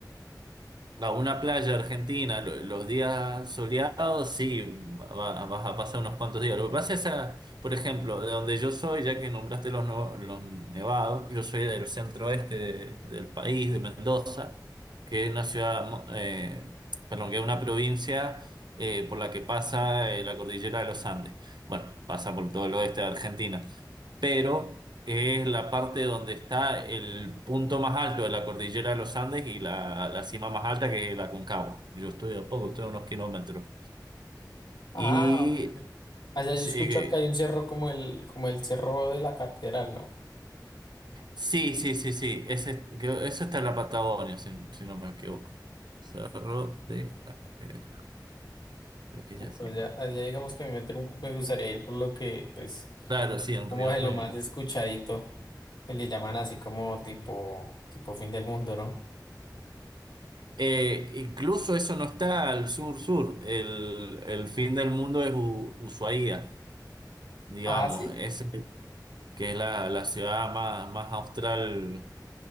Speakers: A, on the right; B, on the left.
A: A una playa argentina, lo- los días soleados, sí, va- vas a pasar unos cuantos días. Lo que pasa es, ah, por ejemplo, de donde yo soy, ya que nombraste los, no- los nevados, yo soy del centro oeste de- del país, de Mendoza, que es una ciudad, mo- eh, perdón, que es una provincia eh, por la que pasa eh, la cordillera de los Andes. Bueno, pasa por todo el oeste de Argentina. Pero es la parte donde está el punto más alto de la cordillera de los Andes y la, la cima más alta que es la Aconcagua. Yo estoy a poco, estoy a unos kilómetros.
B: Ah,
A: Y
B: ok. Allá yo
A: sí,
B: escucho
A: eh,
B: que hay un cerro como el, como el cerro de la catedral, ¿no?
A: sí, sí, sí, sí, ese, que- eso está en la Patagonia, si, si no me equivoco. Cerro de la Catedral, creo que
B: Uf,
A: ya sé
B: allá,
A: cuál
B: allá
A: es.
B: digamos que me, meter un- me gustaría ir por lo que, pues,
A: Claro, sí, en
B: como
A: Río
B: de
A: Negro.
B: lo más escuchadito, que le llaman así como tipo, tipo fin del mundo, ¿no?
A: Eh, incluso eso no está al sur-sur. El, el fin del mundo es U- Ushuaia, digamos.
B: Ah, sí.
A: Es que es la, la ciudad más, más austral,